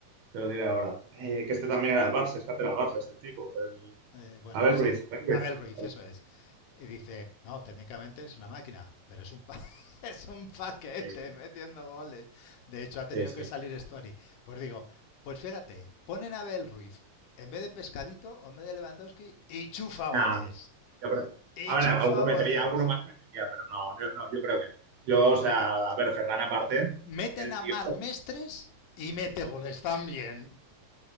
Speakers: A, on the right (about 65°); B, on the left (about 75°).
A: Te lo diré ahora. Eh, que este también era del Barça, es que era del Barça, este tipo. el-
B: eh, bueno,
A: Abel
B: no sé,
A: Ruiz. Abel Ruiz.
B: Abel Ruiz,
A: Abel-
B: eso es. Y dice, no, técnicamente es una máquina, pero es un, pa- <laughs> es un paquete
A: eh,
B: metiendo goles. De hecho, ha tenido
A: Sí, sí.
B: que salir Story. Pues digo, pues fíjate, ponen a Abel Ruiz en vez de Pescadito o en vez de Lewandowski y chufa goles.
A: Nah, yo creo-
B: Y
A: a
B: chufa
A: ver, alguno
B: goles.
A: metería, alguno más metería, pero no, yo, no, yo creo que no. Yo, o sea, a ver, Ferran aparte,
B: Meten
A: el
B: a
A: tío,
B: Mar Mestres y mete goles también.